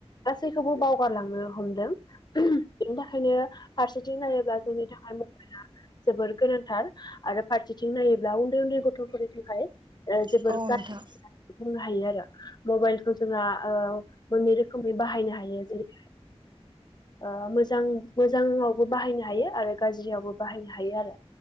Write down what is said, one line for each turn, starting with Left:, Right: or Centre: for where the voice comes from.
Left: गासैखौबो बावगारलांनो हमदों बिनि थाखायनो फारसेथिं नायोब्ला जोंनि थाखाय मबाइला जोबोर गोनांथार आरो फारसेथिं नायोब्ला उन्दै उन्दै गथ'फोरनि थाखाय ओ जोबोर
Right: औ औ
Left: गाज्रि
Right: नोंथां
Left: बुंनो हायो आरो मबाइलखौ जोंहा ओ मोननै रोखोमनि बाहायनो हा हायो जेरै ओ मोजां मोजाङावबो बाहायनो हायो आरो गाज्रियावबो बाहायनो हायो आरो